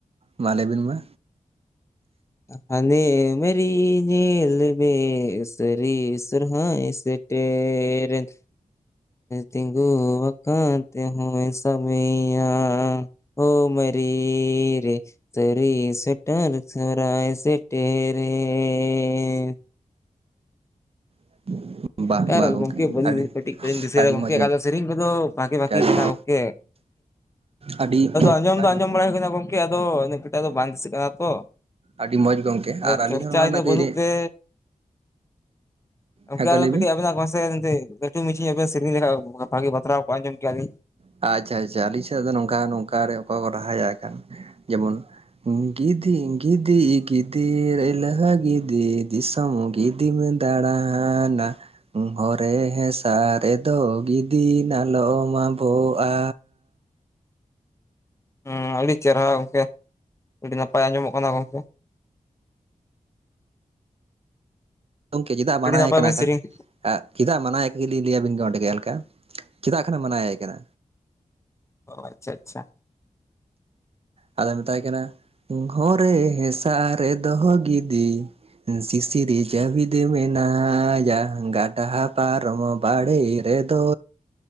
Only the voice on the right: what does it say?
ᱢᱟ ᱞᱟᱹᱭᱵᱮᱱ ᱢᱟ
<unintelligible>
ᱵᱟ ᱜᱚᱝᱠᱮ
ᱟᱹᱰᱤ
ᱟᱹᱰᱤ
ᱢᱚᱸᱡᱽ ᱜᱚᱝᱠᱮ
ᱟᱹᱰᱤ
ᱢᱚᱸᱡᱽ
ᱟᱹᱰᱤ
ᱟᱹᱰᱤ
ᱟᱹᱰᱤ ᱢᱚᱸᱡᱽ ᱜᱚᱝᱠᱮ
ᱟᱨ ᱟᱹᱞᱤᱧ
ᱦᱚᱸ ᱱᱚᱣᱟ ᱨᱮᱱᱟᱜ
ᱛᱮᱜᱮ
ᱞᱤᱧ
ᱦᱮᱸ ᱜᱚ ᱞᱟᱹᱭ ᱵᱤᱱ
ᱟᱪᱪᱷᱟ ᱟᱪᱪᱷᱟ ᱟᱹᱞᱤᱧ ᱥᱮᱫ ᱫᱚ ᱱᱚᱝᱠᱟ ᱱᱚᱝᱠᱟ ᱚᱠᱟ ᱠᱚ ᱨᱟᱦᱟᱭᱟ ᱠᱟᱱ ᱡᱮᱢᱚᱱ ᱜᱤᱫᱤ ᱜᱤᱫᱤ ᱜᱤᱫᱤ ᱨᱟ. ᱭᱞᱟ. ᱜᱤᱫᱤ ᱫᱤᱥᱚᱢ ᱜᱤᱫᱤ ᱜᱤᱫᱤᱢ ᱫᱟᱬᱟᱱᱟ ᱦᱚᱨᱮ ᱦᱮᱸᱥᱟ ᱨᱮᱫᱚ ᱜᱤᱫᱤ ᱱᱟᱞᱚᱢ ᱟᱵᱚᱜᱼᱟ
ᱜᱚᱝᱠᱮ ᱪᱮᱫᱟᱜ ᱢᱟᱱᱟᱣᱮ
ᱠᱟᱱᱟ
ᱠᱤᱱ
ᱪᱮᱫᱟᱜ ᱢᱟᱱᱟᱣᱮ ᱞᱤᱧ ᱞᱟᱹᱭᱟᱵᱤᱱ ᱜᱮ ᱚᱸᱰᱮ ᱜᱮ ᱦᱟᱞᱠᱟ ᱪᱮᱫᱟᱜ ᱠᱷᱟᱱᱮᱢ ᱢᱟᱱᱟᱭᱮ ᱠᱟᱱᱟ
ᱟᱫᱚᱭ ᱢᱮᱛᱟᱭ ᱠᱟᱱᱟ ᱜᱷᱚᱨᱮ ᱦᱮᱸᱥᱟᱜ ᱨᱮᱫᱚ ᱜᱤᱫᱤ ᱥᱤᱥᱤᱨ ᱡᱟᱹᱣᱤᱫ ᱢᱮᱱᱟᱭᱟ ᱜᱟᱰᱟ ᱯᱟᱨᱚᱢ ᱵᱟᱲᱮ ᱨᱮᱫᱚ